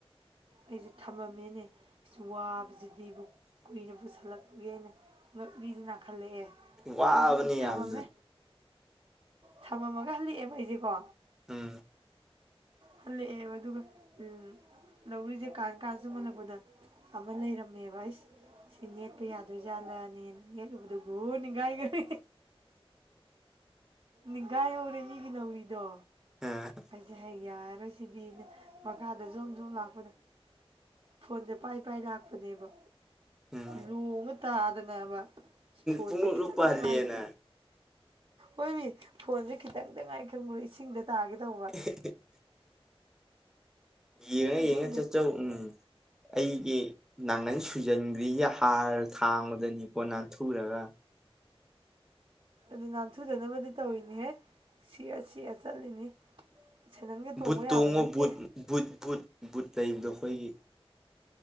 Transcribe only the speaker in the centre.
ꯋꯥꯕꯅꯤ
ꯌꯥꯝꯅ
ꯎꯝ
ꯎꯝ
ꯎꯝ
ꯄꯨꯡꯂꯨꯞ
ꯂꯨꯞꯄ ꯍꯜꯂꯦꯅ
<unintelligible> ꯌꯦꯉ
ꯌꯦꯉ ꯆꯠꯆꯧ ꯎꯝ ꯑꯩꯒꯤ ꯅꯥꯡꯒꯟ ꯁꯨꯖꯟꯈ꯭ꯔꯤꯖꯦ ꯍꯥꯔ ꯊꯥꯡꯕꯗꯅꯤꯀꯣ ꯅꯥꯟꯊꯨꯔꯒ
ꯕꯨꯠ ꯇꯣꯡꯉꯣ
ꯕꯨꯠ ꯕꯨꯠ ꯕꯨꯠ ꯕꯨꯠ ꯂꯩꯕꯗꯣ ꯑꯩꯈꯣꯏꯒꯤ